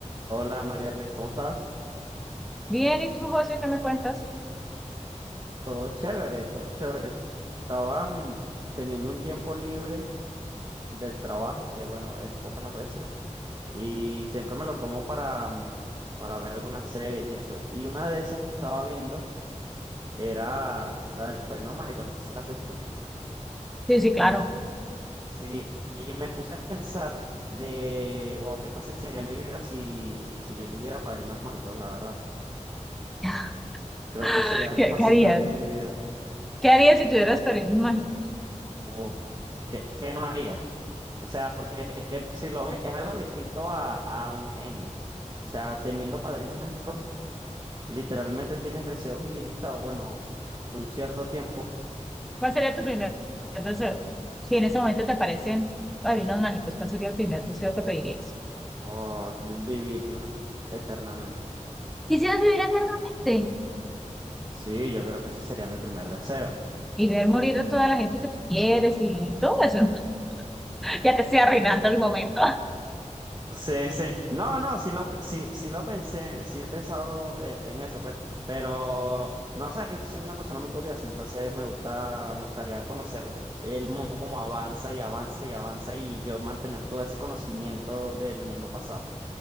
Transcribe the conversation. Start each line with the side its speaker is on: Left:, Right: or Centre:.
Right: Hola Marialis, ¿cómo estás?
Centre: Bien, ¿y tú, José, qué me cuentas?
Right: Todo chévere, todo chévere. Estaba mm, teniendo un tiempo libre del trabajo, que bueno, es pocas las veces, y siempre me lo tomo para, mm, para ver algunas series y eso. Y una de esas que estaba viendo era la de los Padrinos Mágicos, no sé si la has visto.
Centre: Sí, sí, claro.
Right: Sí, y me puse a pensar de, wow, qué fácil sería mi vida si, si yo tuviera padrinos mágicos, la verdad.
Centre: <laughs>
Right: Creo que sería algo
Centre: ¿Qué,
Right: fascinante
Centre: qué harías?
Right: en mi vida.
Centre: ¿Qué harías si tuvieras padrinos mágicos?
Right: Uf, ¿qué, qué no haría? O sea, porque es, es que si lo ves, es algo distinto a, a un genio. O sea, teniendo padrinos mágicos, literalmente tienes deseos ilimitados, bueno, por un cierto tiempo,
Centre: ¿Cuál sería tu primer deseo? Si en ese momento te aparecen padrinos mágicos, ¿cuál sería el primer deseo que pedirías?
Right: o de vivir eternamente.
Centre: Quisieras vivir eternamente.
Right: Sí, yo creo que ese sería mi primer deseo.
Centre: Y ver morir a toda la gente que tú quieres y todo eso. <laughs> Ya te estoy arruinando el momento.
Right: Sí, sí. No, no, sí lo, sí, sí lo pensé, sí he pensado eh, en eso, pues. Pero no sé, es que soy una persona muy curiosa, entonces me gusta, me gustaría conocer el mundo como avanza y avanza y avanza y yo mantener todo ese conocimiento del mundo pasado.